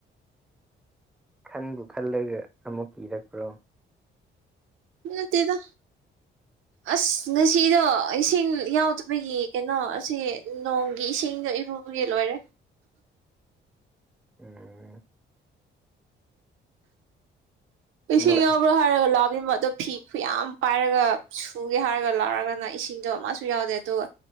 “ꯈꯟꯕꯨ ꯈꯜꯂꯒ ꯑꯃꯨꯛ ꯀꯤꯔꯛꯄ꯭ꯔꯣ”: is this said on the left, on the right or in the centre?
Centre